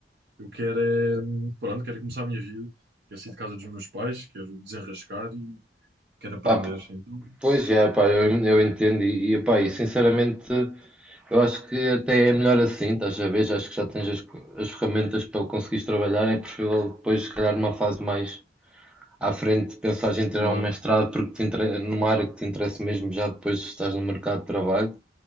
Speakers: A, on the right; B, in the centre.
A: Eu quero é, pronto, quero é começar a minha vida, quero sair de casa dos meus pais, quero desenrascar e quero aprender.
B: Pá,
A: Então,
B: Pois é, pá, eu, eu entendo e, e, pá, e sinceramente eu acho que até é melhor assim, estás a ver? Já Acho que já tens as, co- as ferramentas para conseguires trabalhar, é preferível depois, se calhar, numa fase mais à frente, pensares em tirar
A: claro.
B: um mestrado porque te inter... numa área que te interessa mesmo já depois estás no mercado de trabalho,